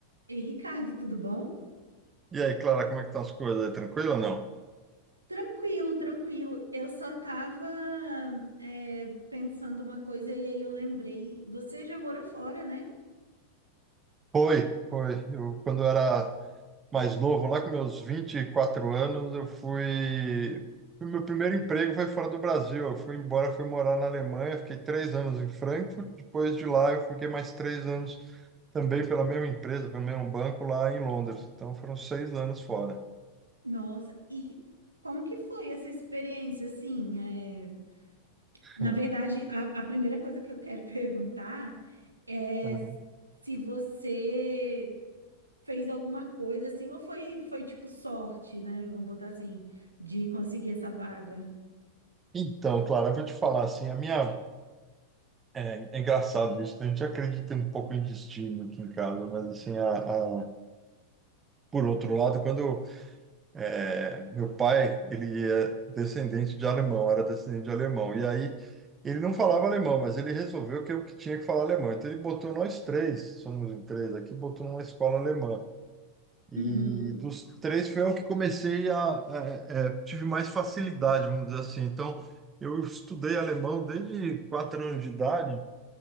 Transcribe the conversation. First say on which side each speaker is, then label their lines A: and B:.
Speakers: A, on the right; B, on the right.
A: Ei, Ricardo, tudo bom?
B: E aí, Clara, como é que estão as coisas? aí? Tranquilo ou não?
A: Tranquilo, tranquilo. Eu só tava é, pensando uma coisa e aí eu lembrei. Você já morou fora, né?
B: Foi, foi. Eu, quando eu era mais novo, lá com meus 24 anos, eu fui... fui- Meu primeiro emprego foi fora do Brasil. Eu fui embora, fui morar na Alemanha, fiquei três anos em Frankfurt. Depois de lá, eu fiquei mais três anos também pela mesma empresa, pelo mesmo banco lá em Londres. Então, foram seis anos fora.
A: Nossa, e como que foi essa experiência, assim? é, Na
B: Hum.
A: verdade, a, a primeira coisa que eu quero <laughs> perguntar é
B: Uhum.
A: se você fez alguma coisa, assim, ou foi, foi tipo sorte, né? Vamos botar assim, de conseguir essa vaga.
B: Então, Clara, eu vou te falar assim, a minha... É, é engraçado isso, a gente acredita um pouco em destino aqui em casa, mas assim, a- Por outro lado, quando eh, meu pai, ele é descendente de alemão, era descendente de alemão, e aí ele não falava alemão, mas ele resolveu que eu que tinha que falar alemão. Então ele botou nós três, somos em três aqui, botou numa escola alemã. E
A: Uhum,
B: dos três foi eu que comecei a, eh, eh, tive mais facilidade, vamos dizer assim. Então eu estudei alemão desde quatro anos de idade